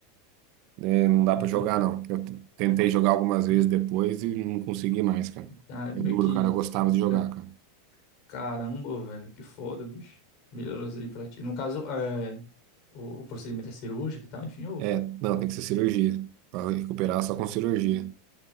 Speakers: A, on the right; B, on the left.
A: é, não dá
B: Aham.
A: pra jogar não. Eu t- tentei jogar algumas vezes depois e não consegui mais, cara.
B: Ah, meio
A: É duro,
B: que.
A: cara, eu gostava
B: é,
A: de jogar,
B: tá-
A: cara.
B: Caramba, velho, que foda, bicho. Melhoras aí pra ti. No caso, é, o, o procedimento é cirúrgico e tal, enfim, ô,
A: É, Não, tem que ser cirurgia. Pra recuperar só com cirurgia.